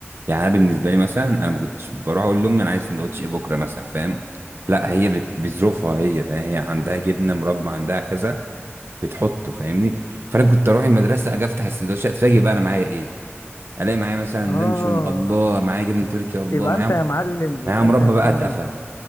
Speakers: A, on the right; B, on the left.
A: يعني انا بالنسبه لي مثلا انا ما كنتش بروح اقول لامي انا عايز سندوتش ايه بكره مثلا فاهم لا هي بت- بظروفها هي فاهم هي عندها جبنه مربى عندها كذا بتحطه فاهمني فانا كنت اروح المدرسه اجي افتح السندوتشات اتفاجئ بقى انا معايا ايه الاقي معايا مثلا
B: اه
A: لانشون الله معايا جبنه تركي الله
B: يبقى
A: معايا
B: انت يا معلم يبقى
A: معايا مربى
B: انت يا معلم
A: بقى اتقفل